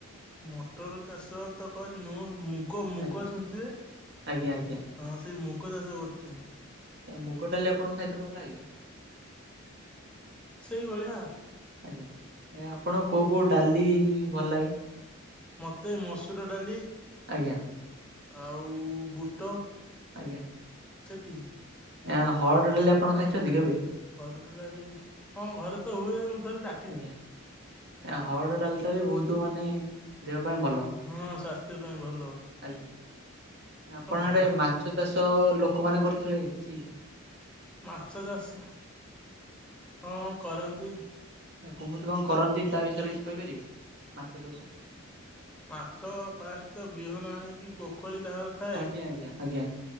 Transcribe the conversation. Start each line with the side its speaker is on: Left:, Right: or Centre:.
Centre: ମଟର ଚାଷ ତ କରିନୁ। ମୁଗ ମୁଗ ମୁଗ
Right: ଆଜ୍ଞା।
Centre: ଶୁଣିଥିବେ।
Right: ଆଜ୍ଞା ଆଜ୍ଞା
Centre: ହଁ ସେଇ ମୁଗ ଚାଷ କରିଛୁ।
Right: ମୁଗ ଡାଲି ଆପଣଙ୍କୁ ଖାଇତେ ଭଲ ଲାଗେ।
Centre: ସେଇଭଳିଆ।
Right: ଆଜ୍ଞା ଆଜ୍ଞା ଆପଣଙ୍କୁ କଉ କଉ ଡାଲି ଭଲ ଲାଗେ।
Centre: ମତେ ମସୁର ଡାଲି।
Right: ଆଜ୍ଞା।
Centre: ଆଉ ବୁଟ।
Right: ଆଜ୍ଞା।
Centre: ସେତିକି।
Right: ଆ ହରଡ ଡାଲି ଆପଣ ଖାଇଛନ୍ତି କେବେ?
Centre: ହରଡ ଡାଲି ହଁ ଘରେ ତ ହୁଏ ମୁଁ ଥରେ ଚା
Right: ଆଜ୍ଞା। ହରଡ଼ ଡାଲିଟା ବି ବହୁତ ମାନେ ଦେହ ପାଇଁ ଭଲ।
Centre: ହଁ ସ୍ୱାସ୍ଥ୍ୟ ପାଇଁ ଭଲ।
Right: ଆଜ୍ଞା।
Centre: ହଁ,
Right: ଆପଣଙ୍କ
Centre: ଭଲ
Right: ଆଡେ ମାଛ ଚାଷ ଲୋକମାନେ କରୁଥିଲେ କି କିଛି?
Centre: ମାଛ ଚାଷ, ହଁ କରନ୍ତି।
Right: କୁମୁତି କଣ କରନ୍ତି ତା ବିଷୟରେ କିଛି କହିପାରିବେ ମାଛ ଚାଷ।
Centre: ମାଛ ଫାଷ୍ଟ ତ ବିହନ ଆଣିକି ପୋଖରୀ ଯାହାର ଥାଏ
Right: ଆଜ୍ଞା ଆଜ୍ଞା ଆଜ୍ଞା।